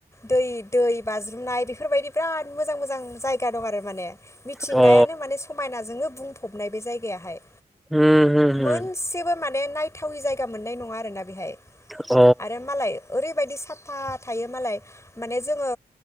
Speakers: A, on the left (about 15°); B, in the centre.
A: दै-दै बाज्रुमनाय बेफोरबायदि बिराद मोजां मोजां जायगा दं आरो। माने मिथिंगायानो
B: अ
A: माने समायनाजोंनो बुं फबनाय बे जायगायाहाय।
B: होम होम होम
A: मोनसेबो माने नायथावै जायगा मोननाय नङा। आरोना बिहाय
B: अ
A: आरो मालाय ओरैबादि साफा थायो मालाय माने जोङो